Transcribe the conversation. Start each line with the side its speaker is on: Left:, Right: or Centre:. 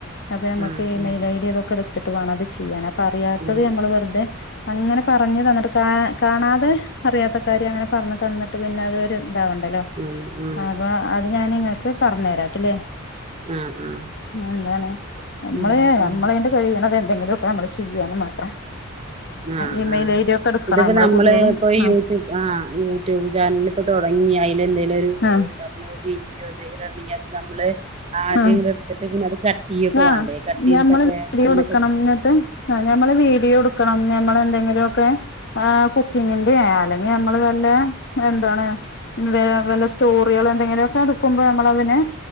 Left: അപ്പൊ നമക്ക്
Right: ah
Left: e mail I D അത് ഒക്കെ എടുത്തിട്ട് വേണം അത് ചെയ്യാൻ അപ് പറ്യയാത്തത്
Right: ആഹ്
Left: നമ്മള് വെറ്തെ അങ്ങനെ പറഞ്ഞ് തന്നിട്ട് കാ കാണാതെ അറിയാത്ത കാര്യം അങ്ങനെ പറഞ്ഞ് തന്നിട്ട് പിന്നെ അതൊരു ഇതാവണ്ടലോ
Right: ആഹ് ആഹ് ആഹ്
Left: അപ്പൊ അത് ഞാൻ ഇങ്ങക്ക് പറഞ്ഞേരാ ട്ടിലേ.
Right: ആഹ് ആഹ്
Left: എന്താണ് നമ്മള്
Right: ഉം ഉം
Left: നമ്മളേണ്ട് കഴിയ്ണതെ ന്തെങ്കിലൊക്കെ നമ്മള് ചിയ്യാന്ന് മാത്രം.
Right: ആഹ്
Left: ഇമെയിൽ
Right: ആഹ്
Left: ഐ ഡി ഒക്കെ എടുക്കണം
Right: ഇത്പ്പോ നമ്മള്
Left: പുതിയത്
Right: ഇപ്പൊ
Left: ആ
Right: യൂട്യൂബ് ആഹ് യൂട്യൂബ് ചാനല് ഇപ്പൊ തൊടങ്ങി അയിൽ എന്തേലും ഒരു വേ
Left: ആ
Right: ഇണ്ടാവ്മ്പള് വീഡിയോ എന്തേങ്കിലും ഇടണെങ്കി അത് നമ്മള് ആദ്യങ്ങനെ
Left: ആ
Right: ഇട്ത്തിട്ട് പിന്നെ അത് <unintelligible>
Left: ആഹ്
Right: വേണ്ടേ കട്ട് ചെയ്തിട്ടൊക്കെ
Left: ഞമ്മള് വീഡിയോ
Right: അങ്ങനൊക്കെ
Left: ഇട്ക്കണം ഇഞ്ഞ്ട്ട് ആഹ് ഞമ്മള് വീഡിയോ ഇട്ക്കണം ഞമ്മള് എന്തേ ങ്ങിലൊക്കെ ആ കുക്കിംഗ്‌ ന്റെ അല്ലങ്കി നമ്മള് വല്ലേ എന്താണ് വേ അത് പോലെ സ്റ്റോറികൾ എന്തെങ്കിലൊക്കെ ഇട്ക്കുമ്പോ നമ്മളതിനെ